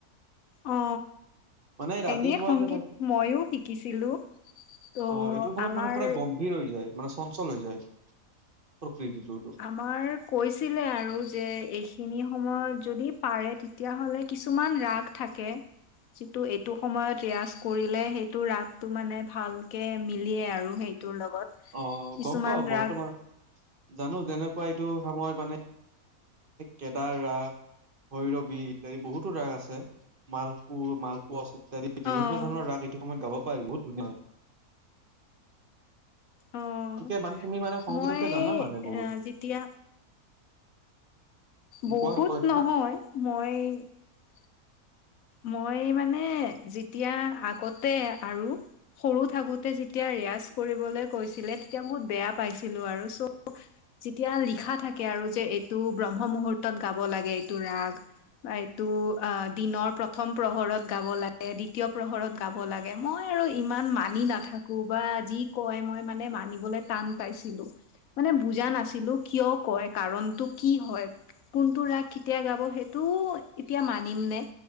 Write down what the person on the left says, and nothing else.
অ
এনে সংগীত
ময়ো শিকিছিলো। ত'
আমাৰ
আমাৰ কৈছিলে আৰু যে এইখিনি সময়ত। - যদি পাৰে তেতিয়াহ'লে কিছুমান ৰাগ থাকে। যিটো এইটো সময়ত ৰিয়জ কৰিলে সেইটো ৰাগটো মানে ভালকে মিলিয়ে আৰু সেই। - ত লগত
কিছুমান
ৰাগ। -
অ',
অ',
মই
যেতিয়া
বহুত
নহয় মই। - মই মানে যেতিয়া আগতে আৰু। - সৰু থাকোঁতে যেতিয়া ৰিয়াজ। - কৰিবলৈ কৈছিলে তেতিয়া বহুত বেয়া পাইছিলো আৰু চ' যেতিয়া লিখা থাকে আৰু যে। - এইটো ব্ৰহ্ম মুহুৰ্তত গাব লাগে এইটো ৰাগ। - এইটো অ দিনৰ প্ৰথম প্ৰহৰত গাব লাগে দ্বিতীয় প্ৰহৰত গাব লাগে। ইমান মই আৰু ইমান মানি নাথাকো বা যি কয় মই মানে মানিবলৈ টান পাইছিলো। মানে বুজা নাছিলো কিয় কয় কাৰণতটো কি হয়। কোনটো ৰাগ কেতিয়া গাব সেইটোও এতিয়া মানিম নে!